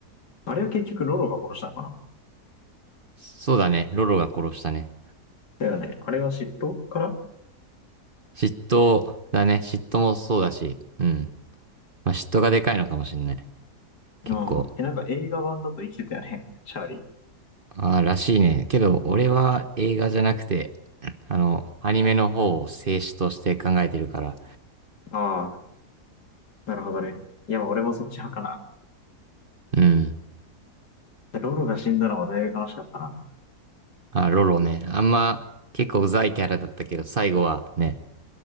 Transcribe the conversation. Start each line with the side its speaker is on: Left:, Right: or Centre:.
Left: あれは結局ロロが殺したのかな
Right: そうだね、ロロが殺したね。
Left: だよね。あれは嫉妬から
Right: 嫉妬だね、嫉妬もそうだし、うん。まあ、嫉妬がでかいのかもしんない。結構。
Left: うん。え、なんか映画版だと生きてたよね。<laughs> シャーリ
Right: ああ、らしいね。けど、俺は映画じゃなくて、あの、アニメの方を静止として考えてるから。
Left: ー。ああ、なるほどね。いや、俺もそっち派かな。
Right: うん。
Left: ロロが死んだのはだいぶ悲しかったな。
Right: あ、ロロね。あんま、結構うざいキャラだったけど、最後はね、